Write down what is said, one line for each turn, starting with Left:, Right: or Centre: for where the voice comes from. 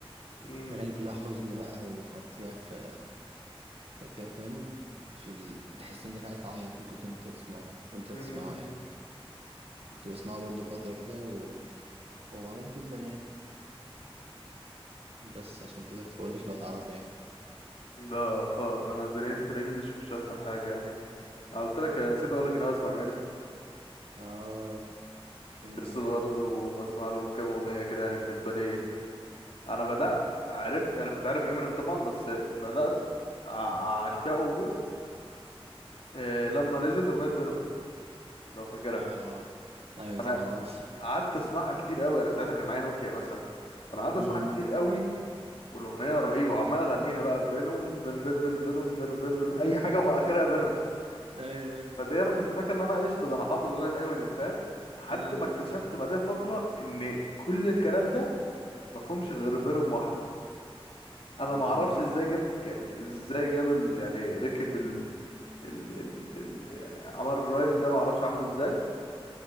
Left: مم.
Right: أغاني كلها حزن بقى وتقطيع في تقطيع فاهم في ال... تحس إنك عايز تعيط ممكن وأنت بتسمعه وأنت بتسمعه
Left: مم.
Right: يعني كنت بسمعه برضه فترة كده و... هو معروف جدا يعني بس عشان كده كنت بقولك لو تعرفه يعني
Left: لا خالص انا دنيتي في الانجليش مش احسن حاجه يعني أنا قلت لك نسيت اقول لك ان انا بسمع امينيم
Right: آه إمينيم
Left: بس
Right: جامد
Left: برضه بسمع له كام اغنيه كده يعني بالنسبه لي انا بدات عرفت انا كنت عارف امينيم طبعا بس بدات أع- اعشقه موت آه، لما نزلت اغنيه فينوم لو فاكرها
Right: آه أيوة
Left: انا
Right: طبعا عارف
Left: قعدت اسمعها كتير قوي انا ساعتها كان معايا نوكيا مثلا فانا قعدت
Right: امم
Left: اسمعها كتير قوي والاغنيه رهيبه وعمال اغنيها بقى فينوم فين فين فين فينوم فين فين فين
Right: <laughs>
Left: اي حاجه واخرها فينوم
Right: أيوة أيوة
Left: بعدين انا كنت فاكر ان انا قشطه ده انا حافظ اغنيه الامينيم فاهم لحد
Right: آه
Left: ما اكتشفت بعدها بفتره ان كل الكلام ده مفهومش غير فينوم واحده انا
Right: امم
Left: ما اعرفش ازاي جاب الك- يعني ازاي جاب ال... يعني ركب ال... ال... ال... ال... يعني عمل الرايم ده ما اعرفش عمله ازاي